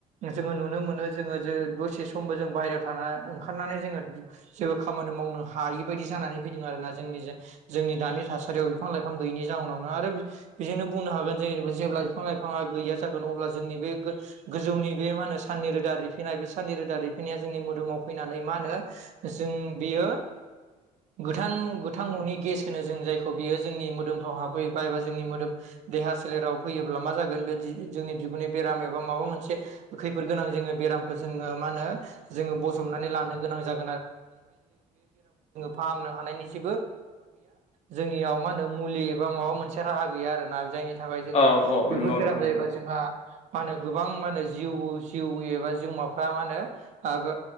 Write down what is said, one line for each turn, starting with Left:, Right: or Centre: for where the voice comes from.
Right: जोङो नुनो मोनो जोङो जे दसे समबो जों बाहेरायाव थाना ओंखारनानै जोङो जेबो खामानि मावनो हायि बायदि जानानै फैदों आरोना जोंनि जे जोंनि दानि थासारियाव बिफां लाइफां गैयैनि जाउनावनो आरो बेजोंनो बुंनो हागोन जों जेब्ला बिफां लाइफाङा गैया जागोन अब्ला जोंनि बे गोजौनि बे मा होनो सानननि रोदा रिफिनाय बे साननि रोदा रिफिनाया जोंनि मोदोमाव फैनानै मा होनो जों बेयो गोथां गोथां न'नि गेस होनो जों जायखौ बियो जोंनि मोदोमफ्राव हाबफैयोबा एबा जोंनि मोदोम देहा सोलेराव फैयोब्ला मा जागोन बे जोंनि बिगुननि बेराम एबा माबा मोनसे खैफोद गोनां जोङो बेरामखौ जोङो मा होनो जोङो बजबनानै लानो गोनां जाग ज ज फनो हनि जे जों मा होनो मुलि एबा माबा मोनसे राहा गैया आरोना जायनि थाखाय जोङो
Left: औ औ
Right: बेफोर
Left: नंगौ
Right: बेराम
Left: नोंथां
Right: जायोबा
Left: नंगौ
Right: जोंहा मा होनो गोबां मा होनो जिउ जिउ एबा जिउमाफ्रा मा होनो